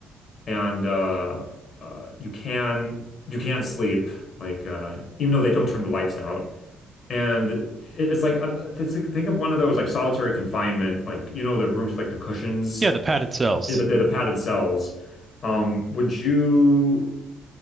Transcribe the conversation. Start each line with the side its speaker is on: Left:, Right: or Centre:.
Left: and uh, uh, you can you can sleep like uh, even though they don't turn the lights out. And it, it's like uh, it's like think of one of those like solitary confinement like you know the rooms with like the cushions,
Right: Yeah, the padded cells.
Left: yeah, the, the padded cells. Um, would you